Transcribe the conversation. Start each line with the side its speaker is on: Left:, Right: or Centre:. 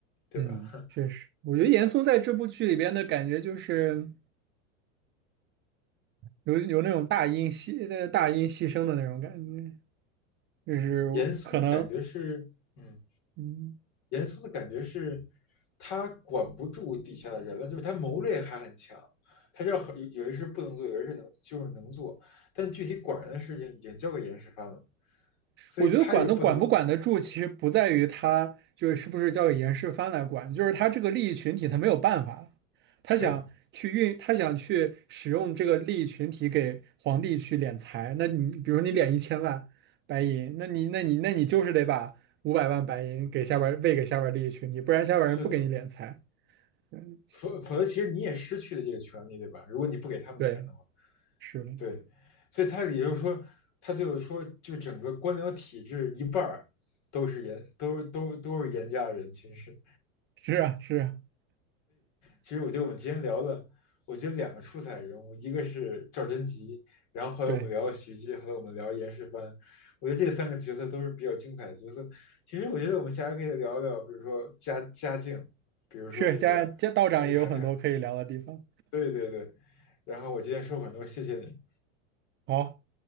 Left: 对吧？
Right: 嗯，
Left: <laughs>
Right: 确实，我觉得严嵩在这部剧里边的感觉就是有有那种大音牺呃大音牺牲的那种感觉，就是可能，
Left: 严嵩的感觉是，嗯，
Right: 嗯，
Left: 严嵩的感觉是，他管不住底下的人了，就是他谋略还很强，他知道很有有些事不能做，有些事能就是能做，但具体管人的事情已经交给严世蕃了，所以他也不能，
Right: 我觉得管都管不管得住，其实不在于他就是是不是交给严世蕃来管，就是他这个利益群体他没有办法了，他想去运，
Left: 对，
Right: 他想去使用这个利益群体给皇帝去敛财。那你比如你敛一千万白银，那你那你那你就是得把五百万白银给下边儿喂给下边儿利益群体，不然下边儿人不给你敛财。
Left: 是的，
Right: 嗯，
Left: 否否则其实你也失去了这个权利，对吧？如果你不给他们钱的话，
Right: 对，是的，
Left: 对，所以他也就是说，他最后说，就整个官僚体制一半儿都是严，都是都都是严家人，其实。
Right: 是啊，是啊，
Left: 其实我觉得我们今天聊的，我觉得两个出彩人物，一个是赵贞吉，然后后来我们聊了徐阶，
Right: 对，
Left: 后来我们聊严世蕃，我觉得这三个角色都是比较精彩的角色。其实我觉得我们下回可以聊聊，比如说家家境，比如说这个还还还，
Right: 是家家道长也有很多可以聊的地方。
Left: 对对对。然后我今天说很多，谢谢你。
Right: 好。